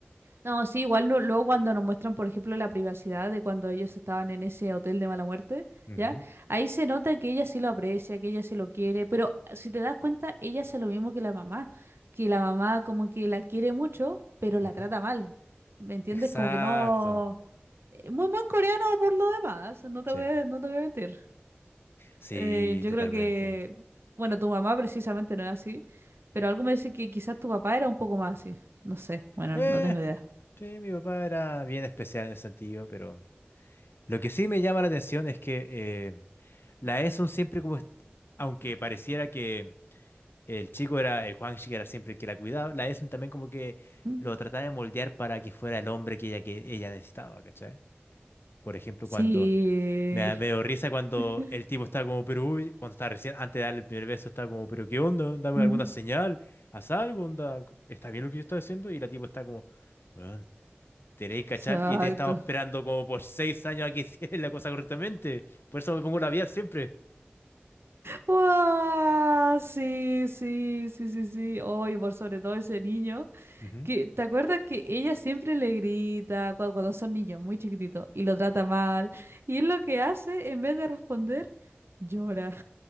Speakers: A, on the right (about 75°); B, on the left (about 65°).
A: No, sí, igual no- luego cuando nos muestran, por ejemplo, la privacidad de cuando ellos estaban en ese hotel de mala muerte,
B: Ujú,
A: ¿ya? Ahí se nota que ella sí lo aprecia, que ella sí lo quiere, pero ah, si te das cuenta, ella hace lo mismo que la mamá, que la mamá como que la quiere mucho, pero la
B: ujú.
A: trata mal. ¿Me entiendes?
B: Exacto,
A: Como que no... eh, Muy mal coreano por lo demás, no te
B: sí,
A: voy a, no te voy a mentir.
B: sí,
A: Eh, yo
B: totalmente.
A: creo que, bueno, tu mamá precisamente no es así, pero algo me dice que quizás tu papá era un poco más así. No sé, bueno,
B: Eh,
A: no tengo idea.
B: sí, mi papá era bien especial en ese sentido, pero lo que sí me llama la atención es que eh, la Eson siempre como, est- aunque pareciera que El chico era, el Juan era siempre el que la cuidaba. La Esun también como que
A: ¿Mm?
B: lo trataba de moldear para que fuera el hombre que ella, que ella necesitaba, ¿cachai? Por ejemplo,
A: Sí.
B: cuando me, da- me dio risa cuando
A: <laughs>
B: el tipo estaba como, pero uy, cuando estaba recién, antes de darle el primer beso, estaba como, pero ¿qué onda? Dame
A: Mm.
B: alguna señal, haz algo, onda, ¿está bien lo que yo estoy haciendo? Y la tipo está como, weón, te queréis cachar
A: Exacto.
B: y te he estado esperando como por seis años a que <laughs> hicieras la cosa correctamente. Por eso me pongo labial siempre.
A: wow Sí, sí, sí, sí, sí. Oye, por sobre todo ese niño,
B: Ujú.
A: que ¿te acuerdas que ella siempre le grita cuando, cuando son niños muy chiquititos y lo trata mal? Y él lo que hace, en vez de responder, llora